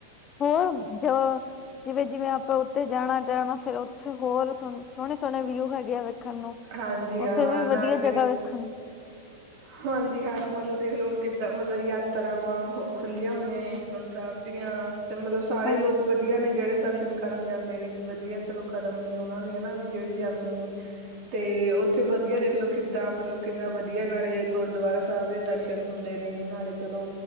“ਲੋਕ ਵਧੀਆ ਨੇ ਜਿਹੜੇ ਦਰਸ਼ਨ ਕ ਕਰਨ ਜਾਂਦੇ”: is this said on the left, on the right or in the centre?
Right